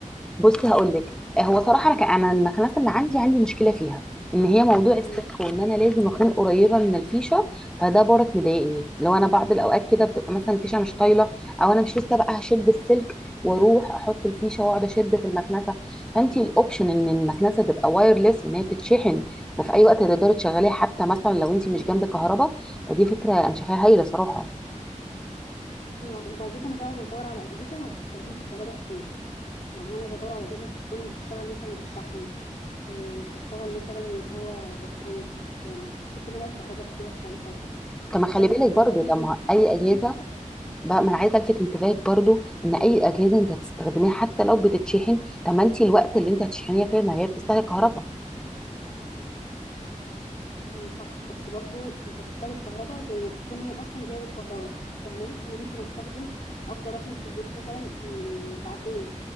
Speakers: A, in the centre; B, on the left (about 60°).
A: بصي هقول لك هو صراحه انا ك- انا المكنسه اللي عندي عندي مشكله فيها ان هي موضوع السلك
B: مم.
A: وان انا لازم اكون قريبه من الفيشه فده برك مضايقني لو انا بعض الاوقات كده بتبقى مثلا الفيشه مش طايله او انا مش لسه بقى هشد السلك واروح احط الفيشه واقعد اشد في المكنسه فانت الاوبشن ان المكنسه تبقى وايرلس وان هي بتتشحن وفي اي وقت تقدري تشغليها حتى مثلا لو انت مش جنب كهرباء فدي فكره انا شايفاها هايله صراحه
B: ايوه وبالذات انا بقى بدور على اجهزه ما بتستخدمش كهرباء كتير يعني انا بدور على اجهزه بتكون بتشتغل مثلا بالشحن آه، بتشتغل مثلا اللي هو بطارية مش بحب ان انا الكهرباء كتير استهلكها وكده
A: طب ما خلي
B: طيب
A: بالك
B: آه،
A: برضو
B: قولي
A: طب
B: لي
A: ما
B: ابحث
A: اي
B: عن اجهزة
A: اجهزه
B: كده
A: بقى ما انا عايزه الفت
B: مم،
A: انتباهك برضو ان اي اجهزه انت هتستخدميها حتى لو بتتشحن طب ما انت الوقت اللي انت هتشحنيها فيه ما هي بتستهلك كهرباء
B: مم، صح بس برضو مش هتستهلك كهرباء زي ما بتكون هي اصلا جايه بالكهرباء فاهماني انا ممكن استخدم افضل اكنس في البيت مثلا من ساعتين